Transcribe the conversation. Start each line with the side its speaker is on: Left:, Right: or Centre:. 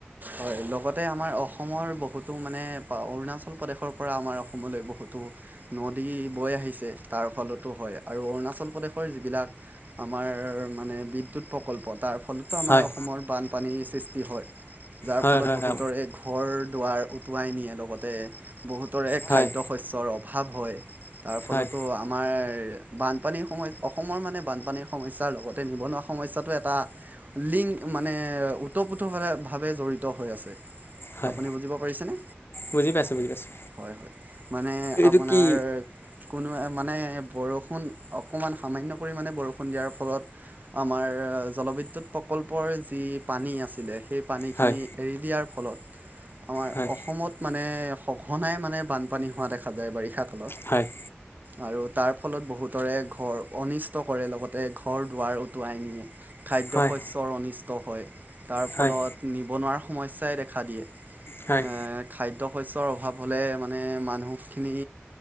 Right: হয় লগতে আমাৰ অসমৰ বহুতো মানে অৰুণাচল প্ৰদেশৰ পৰা আমাৰ অসমলৈ বহুতো নদী বৈ আহিছে তাৰ ফলতো হয় আৰু অৰুণাচল প্ৰদেশ যিবিলাক আমাৰ মানে বিদ্যুৎ প্ৰকল্প তাৰ ফলতো আমাৰ
Left: হয়
Right: অসমৰ বান পানীৰ সৃষ্টি হয় যাৰ
Left: হয়
Right: ফলত
Left: হয়
Right: বহুতৰে
Left: হয়
Right: ঘৰ দুৱাৰ উটুৱাই নিয়ে লগতে বহুতৰে
Left: হয়
Right: খাদ্য
Left: হয়
Right: শস্যৰ অভাৱ হয়। তাৰ ফলতো
Left: হয়
Right: আমাৰ বানপানী সম অসমৰ মানে বানপানীৰ সমস্যাৰ লগতে নিবনুৱা সমস্যাটো এটা লিং মানে ওতঃ-প্ৰোতঃ ভাৱে জড়িত হৈ আছে।
Left: হয়
Right: আপুনি বুজিব পাৰিছেনে?
Left: বুজি পাইছোঁ বুজি পাইছোঁ
Right: হয় হয় মানে
Left: এইটো
Right: আপোনাৰ
Left: কি
Right: কোনো মানে বৰষুণ অকণমান সামান্য পৰিমাণে বৰষুণ দিয়াৰ ফলত আমাৰ জলবিদ্যুৎ প্ৰকল্পৰ যি পানী আছিলে, পানীখিনি
Left: হয়
Right: এৰি দিয়াৰ ফলত আমাৰ
Left: হয়
Right: অসমত মানে সঘনাই মানে বানপানী হোৱা দেখা যায় বাৰিষা কালত।
Left: হয়
Right: আৰু তাৰ ফলত বহুতৰে ঘৰ অনিষ্ট কৰে লগতে ঘৰ দুৱাৰ উটুৱাই নিয়ে। খাদ্য
Left: হয়
Right: শস্যৰ অনিষ্ট হয়, তাৰ ফলত
Left: হয়
Right: নিবনুৱাৰ সমস্যাই দেখা দিয়ে।
Left: হয় হয়
Right: খাদ্য শস্যৰ অভাৱ হ'লে মানে মানুহখিনি,